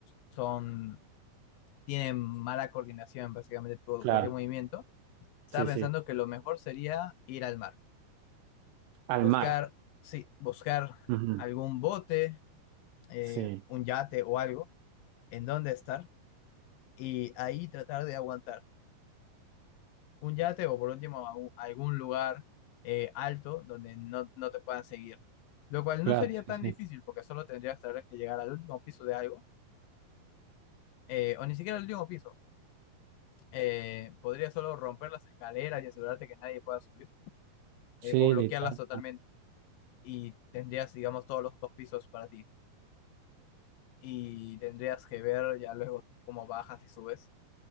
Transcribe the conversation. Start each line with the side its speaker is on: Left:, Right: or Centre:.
Left: son, tienen mala coordinación básicamente todo,
Right: claro.
Left: cualquier movimiento, estaba
Right: Sí, sí.
Left: pensando que lo mejor sería ir al mar,
Right: Al
Left: buscar,
Right: mar.
Left: sí, buscar
Right: Ujú.
Left: algún bote, eh,
Right: Sí,
Left: un yate o algo en donde estar y ahí tratar de aguantar un yate o por último a un- a algún lugar eh, alto donde no, no te puedan seguir. Lo cual
Right: claro,
Left: no sería tan
Right: sí, sí.
Left: difícil porque solo tendrías tal vez que llegar al último piso de algo, eh, o ni siquiera al último piso. Eh, podrías solo romper las escaleras y asegurarte que nadie pueda subir, eh,
Right: Sí,
Left: o bloquearlas
Right: literal.
Left: totalmente y tendrías, digamos, todos los dos pisos para ti. Y tendrías que ver ya luego cómo bajas y subes.